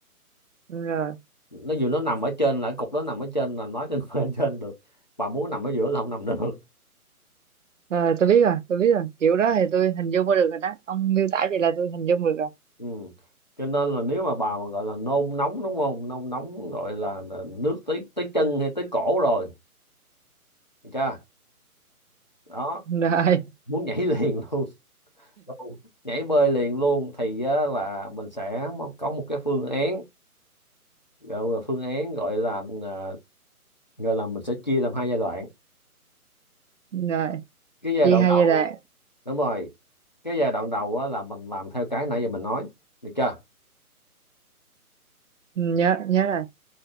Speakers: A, on the right (about 55°); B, on the left (about 30°).
A: Ừ, rồi
B: nó dù nó nằm ở trên là cái cục đó nằm ở trên là nói trên <laughs> ở trên được bà muốn nằm ở giữa là không nằm được
A: Ờ, tôi biết rồi, tôi biết rồi. Kiểu đó thì tôi hình dung ra được rồi đó. Ông miêu tả vậy là tôi hình dung được rồi.
B: ừ. cho nên là nếu mà bà mà gọi là nôn nóng đúng không nôn nóng gọi là là nước tới tới chân hay tới cổ rồi Được chưa đó
A: Rồi,
B: muốn nhảy <laughs> liền luôn Luôn. nhảy bơi liền luôn thì á, là mình sẽ có một cái phương án gọi là phương án gọi là à, gọi là mình sẽ chia làm hai giai đoạn
A: rồi.
B: cái giai
A: Chia
B: đoạn
A: hai
B: đầu
A: giai đoạn.
B: đúng rồi cái giai đoạn đầu á, là mình làm theo cái nãy giờ mình nói được chưa
A: Ừ, Nhớ, nhớ rồi.